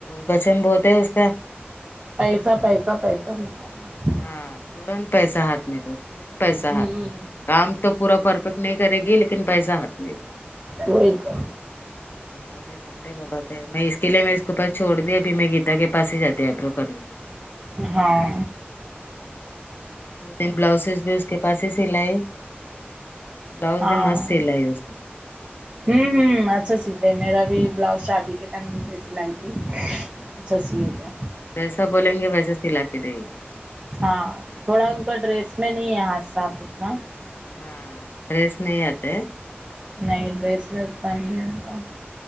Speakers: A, on the left (about 55°); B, on the right (about 30°).
A: پچند بہت ہے اس کا
B: پیسہ پیسہ پیسہ رہتا ہے
A: ہاں تورنت پیس ہاتھ میں دو پوران پیسہ
B: ہوں
A: ہات کام تو پورا پرفیکٹ نہیں کرے گی لیکن پیسہ ہاتھ میں
B: وہی تو
A: اور نہیں بابارے میں اس کے لیے میں اس کو پاس چھوڑ دیا اب میں گیتا کے پاس ہی جاتی ہے آئیبرو کرنے کو
B: ہاں
A: تو تین بلاؤزز بھی اس کے پاس ہی سلائے بلاؤز
B: ہاں
A: بھی مست سیلائی اس نے
B: ہوں ہوں اچھا سیتے میرا بھی بلاؤز شادی کے ٹائم ان سے سلائی تھی ج اچھا سیے گیا
A: ویسا بولیں گے ویسا سلا کے دے گی
B: ہاں تھوڑا ان کا ڈریس میں نہیں ہے ہاتھ صاف اتنا
A: ہاں ڈریس نہیں آتے ہیں
B: نئی ڈریس میں اتنا نہیں ہے ان کا